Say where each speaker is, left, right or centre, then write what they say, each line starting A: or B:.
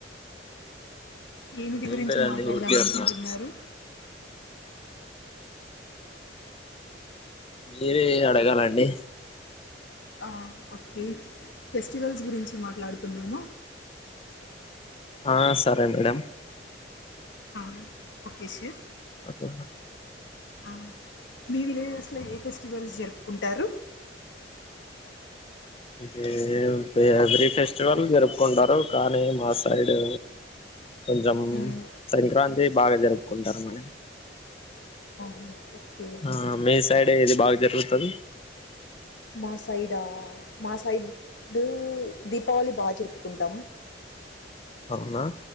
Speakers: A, on the left; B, on the left.
A: ఏమిటి
B: ఏం
A: గురించి
B: లేదండి
A: మాట్లాడదాం
B: ఊరికే
A: అనుకుంటున్నారు
B: ఉన్నాను మీరే అడగాలండి
A: ఆ ఓకే ఫెస్టివల్స్ గురించి చ్చి మాట్లాడుకుందామా
B: ఆ సరే మేడం
A: ఆ, ఓకే సార్
B: అతో
A: ఆ, మీ విలేజెస్ లో ఏ ఫెస్టివల్స్ జరుపుకుంటారు
B: ఇది ఎవ్రీ ఫెస్టివల్ జరుపుకుంటారు కానీ మా సైడు కొంచెం
A: ఉమ్.
B: సంక్రాంతి బాగా జరుపుకుంటారు మన
A: ఆహా, ఓకే
B: ఆ మేస్ సైడ్ ఏది బాగా జరుగుతది
A: మా సైడా మా సైడ్ డు దీపావళి బా జరుపుకుంటాం
B: అవునా